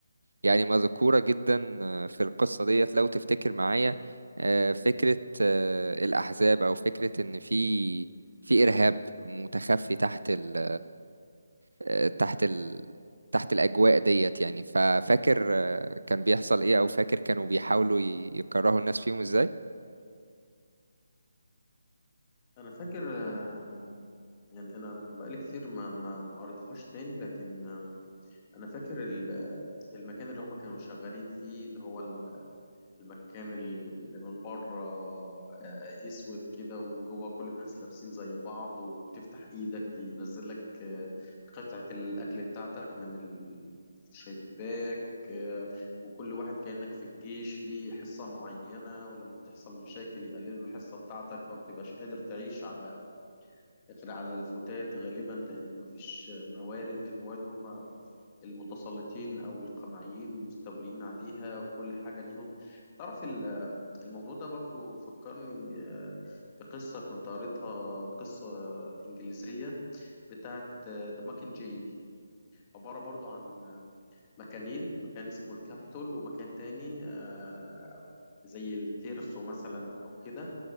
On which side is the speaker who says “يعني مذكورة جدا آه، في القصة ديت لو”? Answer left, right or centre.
Right